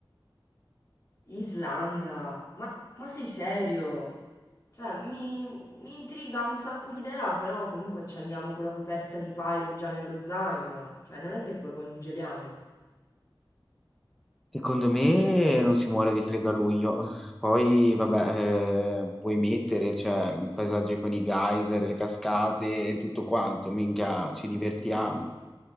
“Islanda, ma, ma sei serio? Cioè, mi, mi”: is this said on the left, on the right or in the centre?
Left